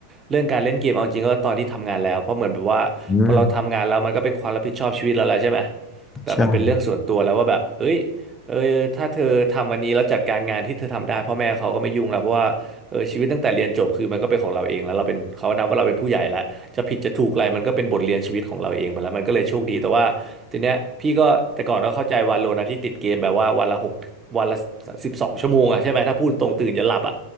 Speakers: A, on the right; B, on the left.
A: เรื่องการเล่นเกมเอาจริงก็ตอนที่ทำงานแล้วเพราะเหมือนแบบว่าพอเราทำงานแล้วมันก็เป็นความรับผิดชอบชีวิตเราแล้วใช่ไหม
B: อืม
A: แบบมันเป็นเรื่องส่วนตัวแล้วว่าแบบเอ้ย
B: ใช่
A: เออถ้าเธอทำวันนี้แล้วจัดการงานที่เธอทำได้พ่อแม่เขาก็ไม่ยุ่งแล้วเพราะว่าเออชีวิตตั้งแต่เรียนจบคือมันก็เป็นของเราเองแล้วเราเป็นเขานับว่าเราเป็นผู้ใหญ่แล้วจะผิดจะถูกอะไรมันก็เป็นบทเรียนชีวิตของเราเองไปแล้วมันก็เลยโชคดีแต่ว่า ทีเนี้ยพี่ก็แต่ก่อนก็เข้าใจวาโลนะที่ติดเกมแบบว่าวันละหกวันละสิบสองชั่วโมงอ่ะใช่ไหมถ้าพูดตรงตื่นยันหลับอ่ะ